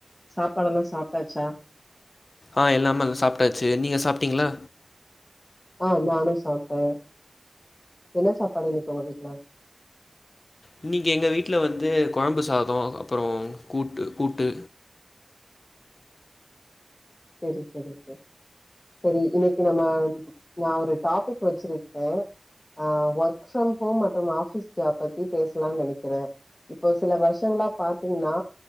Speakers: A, on the left; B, on the left.
A: சாப்பாடெல்லா சாப்டாச்சா
B: ஆ எல்லாமல் சாப்டாச்சு நீங்க சாப்டீங்களா
A: ஆ நானு சாப்ட்டே என்ன சாப்பாடு இன்னைக்கு உங்க வீட்ல
B: இன்னிக்கி எங்க வீட்ல வந்து கொழம்பு சாதோ அப்பரோ கூட்டு கூட்டு
A: செரி செரி சார் செரி இன்னைக்கு நம்ம நா ஒரு டாபிக் வச்சிருக்கே ஆ ஒர்க் ஃப்ரம் ஹோம் மற்றும் ஆபிஸ் ஜாப் பத்தி பேசலானு நெனைக்கிறே இப்போ சில வருஷங்களா பாத்தீங்னா